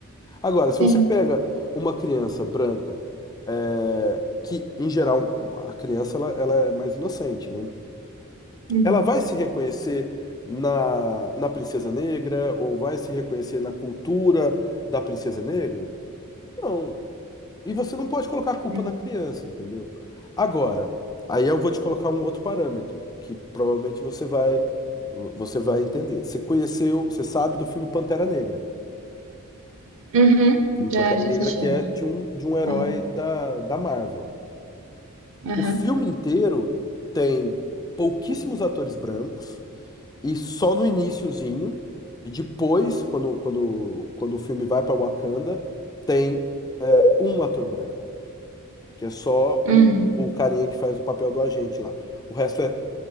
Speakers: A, on the left; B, on the right.
A: Agora, se você
B: sim.
A: pega uma criança branca, é, que em geral a criança ela, ela é mais inocente, né?
B: Uhum,
A: Ela vai se reconhecer na, na princesa negra ou vai se reconhecer na cultura da princesa negra? Não. E você não pode colocar a culpa
B: uhum.
A: na criança, entendeu? Agora, aí eu vou te colocar um outro parâmetro, que provavelmente você vai você vai entender. Você conheceu, você sabe do filme Pantera Negra.
B: Uhum,
A: O filme
B: Já,
A: Pantera
B: já
A: Negra
B: assisti
A: que
B: antes.
A: é de um, de um herói
B: Aham,
A: da, da Marvel.
B: aham.
A: O filme inteiro tem pouquíssimos atores brancos e só no iniciozinho e depois, quando, quando, quando o filme vai para Wakanda, tem um ator branco. Que é só o,
B: Uhum,
A: o carinha que faz o papel do agente lá. O resto é